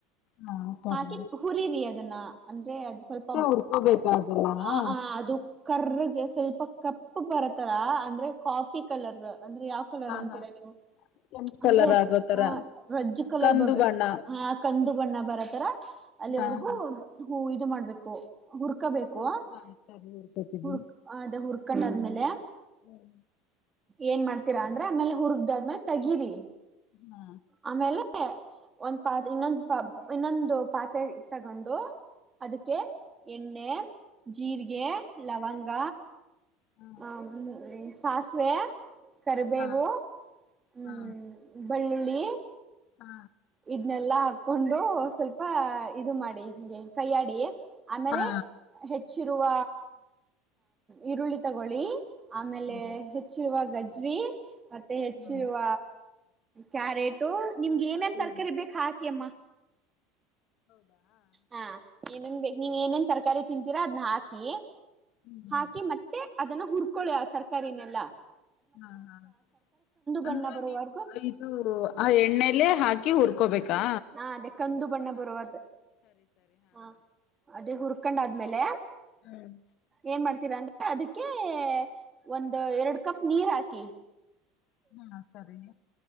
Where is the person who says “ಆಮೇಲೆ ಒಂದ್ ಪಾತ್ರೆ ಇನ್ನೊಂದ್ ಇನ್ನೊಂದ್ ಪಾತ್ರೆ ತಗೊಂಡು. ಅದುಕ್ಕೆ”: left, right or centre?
Right